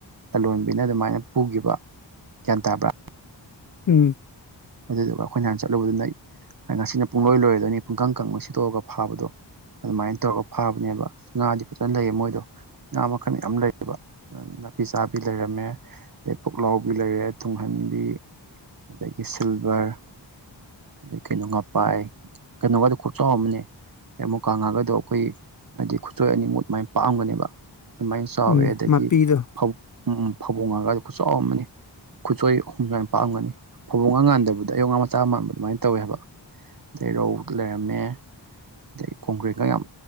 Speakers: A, on the right; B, on the left.
A: ꯂꯂꯣꯟꯕꯤꯅ ꯑꯗꯨꯃꯥꯏꯅ ꯄꯨꯈꯤꯕ ꯒꯌꯥꯟ ꯇꯥꯕ꯭ꯔꯥ
B: ꯎꯝ
A: ꯑꯗꯨꯗꯨꯒ ꯑꯩꯈꯣꯏꯅ ꯅꯍꯥꯟ ꯆꯠꯂꯨꯕꯗꯨꯅ ꯉꯁꯤꯅ ꯄꯨꯡꯂꯣꯏ ꯂꯣꯏꯔꯗꯣꯏꯅꯤ ꯄꯨꯡꯀꯪ ꯀꯪꯕ ꯁꯤꯠꯇꯣꯛꯑꯒ ꯐꯥꯕꯗꯣ ꯑꯗꯨꯃꯥꯏꯅ ꯇꯧꯔꯒ ꯐꯥꯕꯅꯦꯕ ꯉꯥꯗꯤ ꯐꯖꯅ ꯂꯩꯌꯦ ꯃꯣꯏꯗꯣ ꯉꯥ ꯃꯈꯜ ꯌꯥꯝ ꯂꯩꯌꯦꯕ ꯑꯗꯨꯅ ꯅꯥꯄꯤ ꯆꯥꯕꯤ ꯂꯩꯔꯝꯃꯦ ꯑꯗꯩ ꯄꯨꯛꯂꯥꯎꯕꯤ ꯂꯩꯔꯦ ꯇꯨꯡꯍꯟꯕꯤ ꯑꯗꯒꯤ ꯁꯤꯜꯚꯔ ꯑꯗꯩ ꯀꯩꯅꯣ ꯉꯄꯥꯏ ꯀꯩꯅꯣꯒꯗꯨ ꯈꯨꯆꯥꯎ ꯑꯃꯅꯦ ꯗꯩ ꯃꯨꯛꯀꯥꯉꯥꯒꯗꯣ ꯈꯣꯏ ꯍꯥꯏꯗꯤ ꯈꯨꯠꯆꯣꯏ ꯑꯅꯤꯃꯨꯠ ꯃꯥꯏꯅ ꯄꯥꯑꯝꯒꯅꯦꯕ ꯑꯗꯨꯃꯥꯏ ꯆꯥꯎꯋꯦ
B: ꯎꯝ
A: ꯑꯗꯒꯤ
B: ꯃꯄꯤꯗꯣ
A: ꯐꯧ ꯑꯨꯝ ꯐꯕꯣꯡꯉꯥꯒꯗꯣ ꯈꯨꯠꯆꯧ ꯑꯃꯅꯤ ꯈꯨꯠꯆꯣꯏ ꯑꯍꯨꯝ ꯑꯗꯥꯏꯃꯨꯛ ꯄꯥꯛꯑꯝꯒꯅꯤ ꯐꯕꯣꯡꯉꯥ ꯃꯥꯟꯗꯕꯗ ꯑꯌꯣꯛ ꯉꯥ ꯃꯆꯥ ꯃꯥꯟꯕ ꯑꯗꯨꯃꯥꯏꯅ ꯇꯧꯋꯦ ꯍꯥꯏꯕ ꯑꯗꯩ ꯔꯧ ꯂꯩꯔꯝꯃꯦ ꯑꯗꯩ ꯀꯣꯡꯒꯔ꯭ꯦꯡꯒ ꯌꯥꯝ